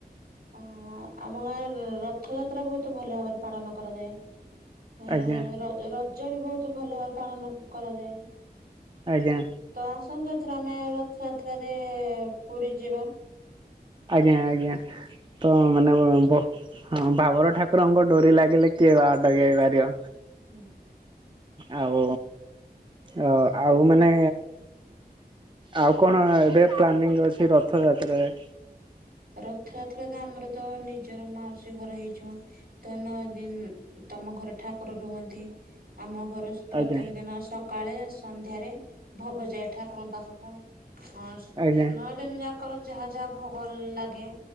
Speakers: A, on the right (about 65°); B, on the right (about 30°).
A: ଉଁ ଆଁ ଆମ ଗାଁ ରଥଯାତ୍ରା ବହୁତ ଭଲ ଭାବରେ ପାଳନ କରାଯାଏ। ହଁ
B: ଆଜ୍ଞା
A: ରଜ ରଜ ବି ବହୁତ ଭଲ ଭାବରେ ପାଳନ କରାଯାଏ।
B: ଆଜ୍ଞା
A: ତ ଆସନ୍ତୁ ଏଥର ଆମେ ରଥଯାତ୍ରାରେ ପୁରୀ ଯିବା।
B: ଆଜ୍ଞା ଆଜ୍ଞା ତ ମାନେ ହଁ ଭାବର ଠାକୁରଙ୍କ ଡୋରି ଲାଗିଲେ କିଏ ବା ଅଟକେଇ ପାରିବ
A: ହୁଁ।
B: ଆଉ ଆଉ ଆଉ ମାନେ ଆଉ କଣ ଏବେ ପ୍ଲାନିଂ ଅଛି ରଥଯାତ୍ରାରେ?
A: ରଥଯାତ୍ରା ତ ଆମର ତ ନିଜର ମାଉସୀ ଘର ହେଇଯିବ ତ ନଅ ଦିନ ତମ ଘରେ ଠାକୁର ରୁହନ୍ତି ଆମ ଘରୁ ପ୍ରତ୍ୟେକ
B: ଆଜ୍ଞା
A: ଦିନ ସକାଳେ ସନ୍ଧ୍ୟାରେ ଭୋଗ ଯାଏ ଠାକୁରଙ୍କ ପାଖକୁ ହଁ
B: ଆଜ୍ଞା
A: ନଅ ଦିନ ଯାକର ଯାହା ଯାହା ଭୋଗ ଲାଗେ